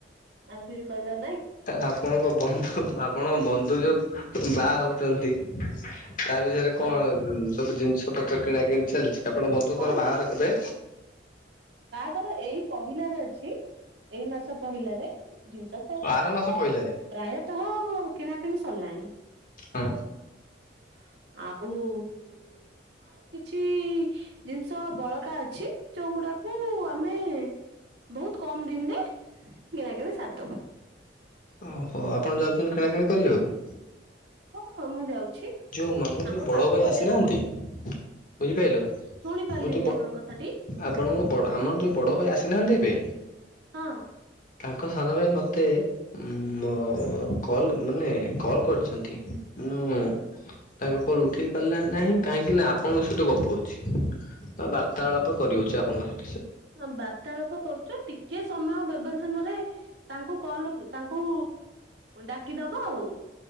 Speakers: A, on the right; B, on the left.
A: ଆଉ କିଛି କହିବା
B: ଆପଣଙ୍କ ବନ୍ଧୁ ଆପଣଙ୍କ ବନ୍ଧୁ ତୋ ଯୋଉ ବାହା ହଉଚନ୍ତି । ତା ବିଷୟରେ
A: ହଁ
B: କଣ ସବୁ ଜିନିଷ <inaudible> କିଣାକିଣି ଚାଲିଛି ଆପଣ ବନ୍ଧୁଙ୍କର
A: ହଁ
B: ବାହାଘର କେବେ?
A: ତାଙ୍କର ଏଇ ପହିଲାର ଅଛି ଏଇ ମାସ ପହିଲାରେ ଜିନିଷ ପ ପତ୍ର
B: ଆର ମାସ ପହିଲାରେ
A: ପ୍ରାୟତଃ କିଣାକିଣି ସ ସରିଲାଣି ।
B: ହଁ।
A: <unintelligible> କିଛି ଜିନିଷ ବଳକା ଅଛି, ଯୋଉଗୁଡାକୁ ଆମେ ବହୁତ କମ୍ ଦିନରେ କିଣାକିଣି ସାରି ଦବୁ ।
B: ଓହୋ ଆପଣ ଯାଉଛନ୍ତି, କିଣାକିଣି କରିବାକୁ?
A: ହଁ ମୁଁ ଯାଉଛି
B: ଯୋଉ ମ-ମର
A: ଆମ
B: ଯୋଉ ବଡ
A: ପାଖ
B: ଭାଇ
A: ବଜାରକୁ
B: ଆସିନାହାନ୍ତି। ବୁଝିପାରିଲ ମୋର
A: ଶୁଣି ପାରିଲିନି
B: ବଡ ଯୋଉ
A: ଆପଣଙ୍କ କଥାଟି
B: ଆପଣଙ୍କ, ବଡ ଆମର ଯୋଉ ବଡ ଭାଇ ଆସିନାହାନ୍ତି, ଏବେ
A: ହଁ।
B: ତାଙ୍କ ସାନ ଭାଇ ମତେ ମୋ କଲ ମାନେ କଲ୍ କରିଛନ୍ତି। ମୁଁ ତାଙ୍କ କଲ ଉଠେଇ ପାରିଲା ନାହିଁ କାହିଁକି ନା ଆପଣଙ୍କ ସହିତ ଗପୁଅଛି । ବା ବାର୍ତ୍ତାଳାପ କରିଉଛି ଆ <unintelligible>
A: ହଁ ବାର୍ତ୍ତାଳାପ କରୁଛ, ଟିକେ ସମୟ ବ୍ୟବଧାନରେ ତାଙ୍କୁ କଲ ଲଗ ତାଂ କୁ ଡାକିଦବ ଆଉ।